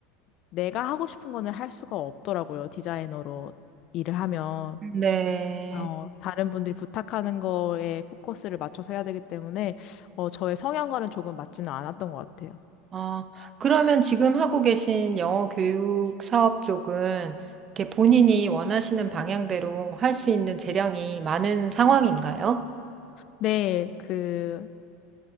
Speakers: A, on the left (about 50°); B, on the right (about 30°).
A: 내가 하고 싶은 거는 할 수가 없더라고요. 디자이너로 일을 하면.
B: 네.
A: 어, 다른 분들이 부탁하는 거에 포커스를 맞춰서 해야 되기 때문에, 어, 저의 성향과는 조금 맞지는 않았던 것 같아요.
B: 어, 그러면 지금 하고 계신 영어 교육 사업 쪽은 이렇게 본인이 원하시는 방향대로 할 수 있는 재량이 많은 상황인가요?
A: 네, 그,